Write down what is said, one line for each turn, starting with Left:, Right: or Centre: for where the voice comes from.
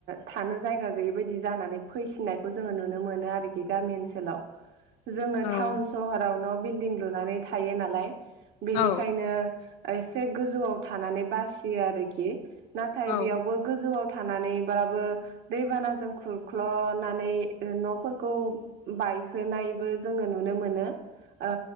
Right: थानो जायगा गैयि बायदि जानानै फैफिननायखौ जोङो नुनो मोनो आरोखि। बि गामि ओनसोलाव जोङो
Left: औ
Right: टाउन सहराव न' बिल्डिं लुनानै थायो नालाय बेनिखायनो
Left: औ
Right: एसे गोजौआव थानानै बासियो आरोखि नाथाय
Left: औ
Right: बेयावबो गोजौआव थानानै बाबो दैबानाजों खुरख्ल'नानै ओ न' खौ बायहोनायबो जोंङो नुनो मोनो। ओ